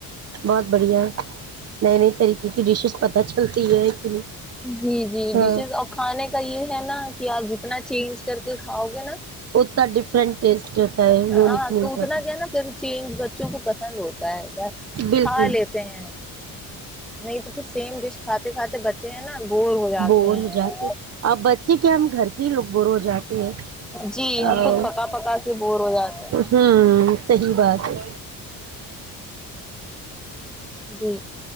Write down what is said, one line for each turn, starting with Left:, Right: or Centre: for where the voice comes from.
Right: بہت بڑھیا نئے نئے طریقے کی ڈشیز پتہ چلتی ہے کہ
Centre: جی جی
Right: ہاں
Centre: ڈشز اور کھانے کا یہ ہے نا کہ آپ جتنا چینج کر کے کھاؤ گے نا
Right: اتنا ڈفرنٹ ٹیسٹ ہوتا ہے
Centre: ہاں
Right: یونک ملتا
Centre: تو اتنا کیا نا پھر چینج بچوں کو پسند ہوتا ہے
Right: بالکل
Centre: کھا لیتے ہیں نہیں تو پھر سیم ڈش کھاتے کھاتے بچے ہیں نا بور ہو جاتے
Right: بور
Centre: ہیں
Right: ہو جاتے آپ بچے کیا ہم گھر کے ہی لوگ بور ہو جاتے ہیں
Centre: جی ہم
Right: ا
Centre: خود پکا پکا کے بور ہو جاتے ہیں
Right: ہ صحی بات ہے
Centre: جی